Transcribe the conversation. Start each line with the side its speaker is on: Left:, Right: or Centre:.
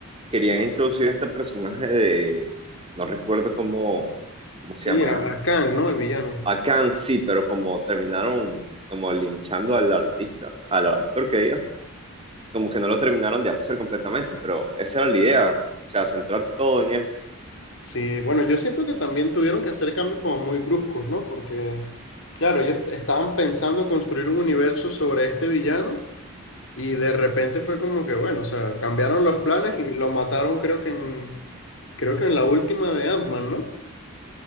Right: querían introducir a este personaje de, no recuerdo cómo, cómo
Left: Sí,
Right: se llama,
Left: a, a Kang, ¿no? El villano.
Right: Akan sí, pero como terminaron como linchando al artista, al actor que diga, como que no lo terminaron de hacer completamente, pero esa era la idea, o sea, centrar todo en él.
Left: Sí, bueno, yo siento que también tuvieron que hacer cambios como muy bruscos, ¿no? Porque, claro, ellos est- estaban pensando construir un universo sobre este villano y de repente fue como que, bueno, o sea, cambiaron los planes y lo mataron creo que en, creo que en la última de Ant-Man, ¿no?